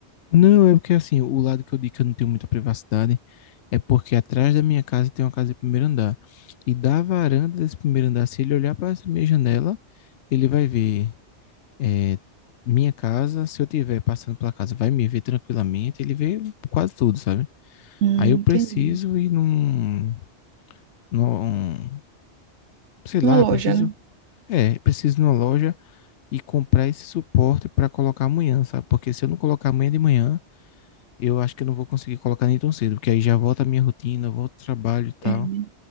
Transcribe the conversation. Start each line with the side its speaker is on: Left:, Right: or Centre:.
Left: Não, é porque assim, o lado que eu digo que eu não tenho muita privacidade é porque atrás da minha casa tem uma casa de primeiro andar. E da varanda desse primeiro andar, se ele olhar para essa minha janela, ele vai ver é, minha casa, se eu tiver passando pela casa, vai me ver tranquilamente, ele vê quase tudo, sabe?
Right: Hum,
Left: Aí eu preciso
Right: entendi.
Left: ir num, num, sei lá,
Right: Uma loja,
Left: preciso,
Right: né?
Left: é, preciso ir numa loja e comprar esse suporte para colocar amanhã, sabe? Porque se eu não colocar amanhã de manhã, eu acho que eu não vou conseguir colocar nem tão cedo, porque aí já volta a minha rotina, volta o trabalho e tal,
Right: É, né?